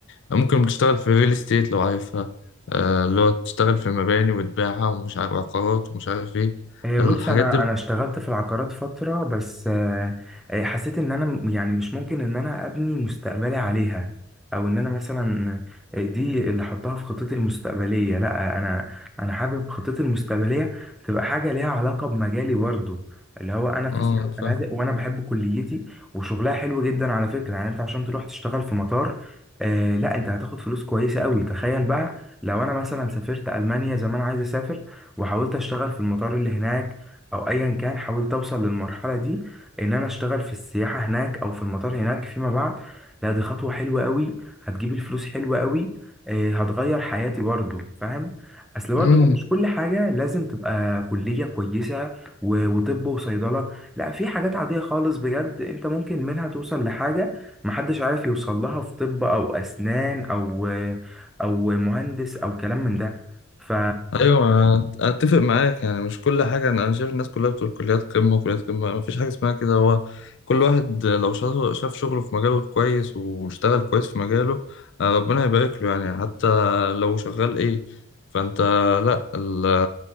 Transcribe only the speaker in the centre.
إيه،
بص انا
انا اشتغلت في العقارات فتره بس آه، آه، حسيت ان انا م- يعني مش ممكن ان انا ابني مستقبلي عليها او ان انا مثلا آه، دي اللي احطها في خطتي المستقبليه لا انا انا حابب خطتي المستقبليه تبقى حاجه ليها علاقه بمجالي برضو اللي هو انا
في سياحه وفنادق وانا بحب كليتي وشغلها حلو جدا على فكره يعني انت عشان تروح تشتغل في مطار آه لا انت هتاخد فلوس كويسه قوي تخيل بقى لو انا مثلا سافرت المانيا زي ما انا عايز اسافر وحاولت اشتغل في المطار اللي هناك او ايا كان حاولت اوصل للمرحله دي ان انا اشتغل في السياحه هناك او في المطار هناك فيما بعد لا دي خطوه حلوه قوي هتجيب الفلوس حلوه قوي آه، هتغير حياتي برضه فاهم اصل برضه
هو مش كل حاجه لازم تبقى كليه كويسه و- وطب وصيدله لا في حاجات عاديه خالص بجد انت ممكن منها توصل لحاجه محدش عارف يوصل لها في طب او اسنان او او مهندس او كلام من ده ف...